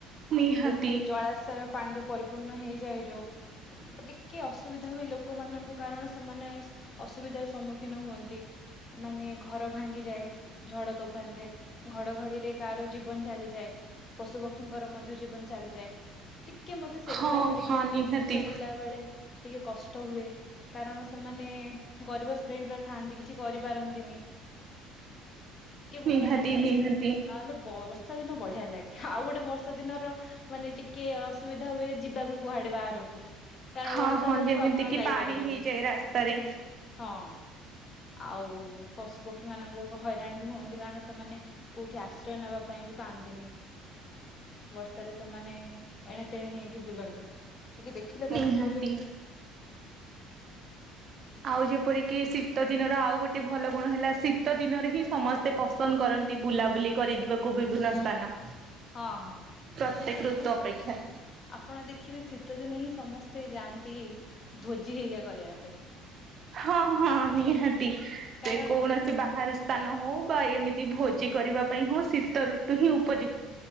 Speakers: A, on the right; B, on the left.
A: ନିହାତି
B: ପୋଖରୀ ଜଳାଶୟ ପାଣିରେ ପରିପୂର୍ଣ୍ଣ ହେଇଯାଏ ଯୋଉ ଟିକେ ଅସୁବିଧା ହୁଏ ଲୋକମାନଙ୍କୁ କାରଣ ସେମାନେ ଅସୁବିଧାର ସମ୍ମୁଖୀନ ହୁଅନ୍ତି। ମାନେ ଘର। ଭାଙ୍ଗି ଯାଏ ଝଡ ତୋଫାନ ରେ ଘଡ଼ଘଡ଼ିରେ କାହାର ଜୀବନ ଚାଲିଯାଏ। ପଶୁ ପକ୍ଷୀଙ୍କର ମଧ୍ୟ ଜୀବନ ଚାଲିଯାଏ ଟି କେ ମତେ ସେଗୁଡାକ
A: ହଁ
B: ଟିକେ
A: ହଁ ନିହାତି
B: ଶୁଣିଲା ବେଳେ ଟିକେ କଷ୍ଟ ହୁଏ। କାରଣ ସେମାନେ ଗରିବ ଶ୍ରେଣୀର ଥାଆନ୍ତି କିଛି କରିପାରନ୍ତିନି। ଟିକେ ଭଲ
A: ନିହାତି
B: ଲାଗେନି
A: ନିହାତି
B: ନହେଲେ ବସ ର୍ଷା ଦିନ ବଢିଆ ଲାଗେ ଆଉ ଗୋଟେ ବର୍ଷା ଦିନର ମାନେ ଟିକେ ଅସୁବିଧା ହୁଏ ଯିବାକୁ କୁହାଡେ ବାହାରକୁ। କାରଣ
A: ହଁ
B: ବର୍ଷା
A: ହଁ
B: ହଉଥୁବ
A: ଯେମିତି
B: ଆପଣ
A: କିି
B: ଯାଇପାରିବେନି
A: ପାଣି ହେଇଯାଏ ରାସ୍ତାରେ
B: ହଁ। ଆଉ ପଶୁ ପକ୍ଷୀ। କ୍ଷୀ ମାନଙ୍କୁ ହଇରାଣ ବି ହୁଅନ୍ତି କାରଣ ସେମାନେ କୋଉଠି ଆଶ୍ରୟ ନେବା ପାଇଁ ବି ପାଆନ୍ତିନି। ବର୍ଷାରେ ସେମାନେ ଏ ଏଣେତେଣେ ହେଇକି ବୁଲନ୍ତି। ଟିକେ ଦେଖିଲେ
A: ନିହାତି
B: କଷ୍ଟ ହୁଏ।
A: ଆଉ ଯେପରିକି ଶୀତ ଦିନର ଆଉ ଗୋଟେ ଭଲ ଗୁଣ ହେଲା ଶୀତ ଦିନରେ ହିଁ ସମସ୍ତେ ପସନ୍ଦ କର ନ୍ତି ବୁଲାବୁଲି କରି ଯିବାକୁ ବିଭିନ୍ନ ସ୍ଥାନ।
B: ହଁ ହଁ
A: ପ୍ରତ୍ୟେକ
B: ଶୀତ ଦିନରେ
A: ଋତୁ ଅପେକ୍ଷା
B: ଆପଣ ଦେଖ ଦେଖିବେ ଶୀତ ଦିନେ ହିଁ ସମସ୍ତେ ଯାଆନ୍ତି ଭୋଜି ହେଆ କରିବା ପାଇଁ।
A: ହଁ ହଁ ନିହାତି ସେ
B: କାରଣ
A: ଯେକୌଣସି ବାହାରୁ ସ୍ଥାନ ହଉ ବା ଏମିତି ଭୋଜି କରିବା ପାଇଁ ହଉ ଶୀତ ଋତୁ ହିଁ ଉପଯୁକ୍ତ।